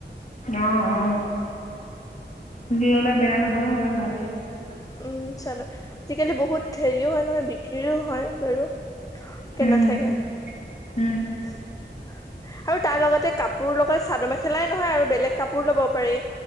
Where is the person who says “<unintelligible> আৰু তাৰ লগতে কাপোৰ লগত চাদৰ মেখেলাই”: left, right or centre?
Left